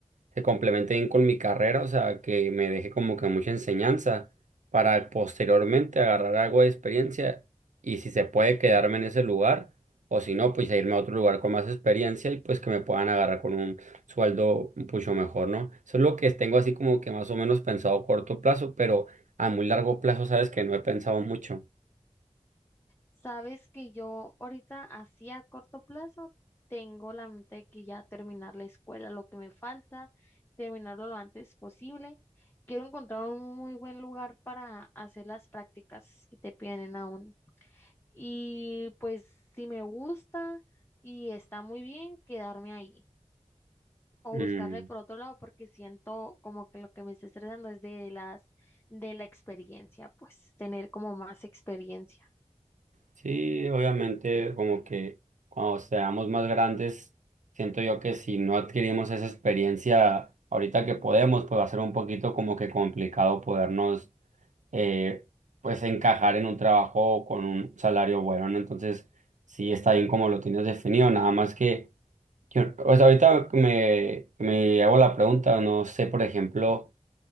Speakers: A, on the right (about 85°); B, on the left (about 20°).
A: se complemente bien con mi carrera, o sea, que me deje como que mucha enseñanza para posteriormente agarrar algo de experiencia y si se puede quedarme en ese lugar o si no, pues a irme a otro lugar con más experiencia y pues que me puedan agarrar con un sueldo un mucho mejor, ¿no? Eso es lo que tengo así como que más o menos pensado a corto plazo, pero a muy largo plazo sabes que no he pensado mucho.
B: Sabes que yo ahorita así a corto plazo tengo la mente de que ya terminar la escuela, lo que me falta, terminarlo lo antes posible. Quiero encontrar un muy buen lugar para hacer las prácticas que te piden en la uni. Y pues si me gusta y está muy bien, quedarme ahí o
A: Mm.
B: buscarle por otro lado porque siento como que lo que me está estresando es de las de la experiencia, pues tener como más experiencia.
A: Sí, obviamente, como que cuando seamos más grandes, siento yo que si no adquirimos esa experiencia ahorita que podemos, pues va a ser un poquito como que complicado podernos, eh, pues encajar en un trabajo con un salario bueno, ¿no? Entonces, sí está bien como lo tienes definido, nada más que, yo- o sea, ahorita que me, que me hago la pregunta, no sé, por ejemplo